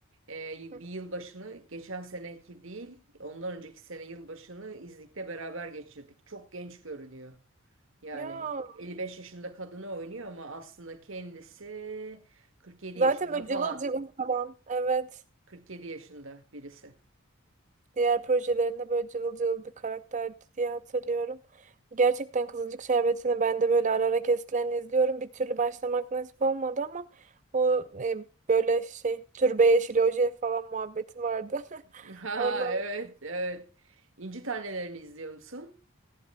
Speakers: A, on the right; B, on the right.
A: E,
B: Hı.
A: bir yılbaşını geçen seneki değil ondan önceki sene yılbaşını İznik'te beraber geçirdik. Çok genç görünüyor. Yani
B: Ya.
A: 55 yaşında kadını oynuyor ama aslında kendisi 47
B: Zaten
A: yaşında
B: böyle
A: falan.
B: cıvıl cıvıl falan. Evet.
A: 47 yaşında birisi.
B: Diğer projelerinde böyle cıvıl cıvıl bir karakterdi diye hatırlıyorum. Gerçekten Kızılcık Şerbeti'ni ben de böyle ara ara kesitlerini izliyorum. Bir türlü başlamak nasip olmadı ama o e, böyle şey türbe yeşili oje falan muhabbeti vardı. <laughs>
A: <laughs> Ha
B: Ondan
A: evet evet. İnci Taneleri'ni izliyor musun?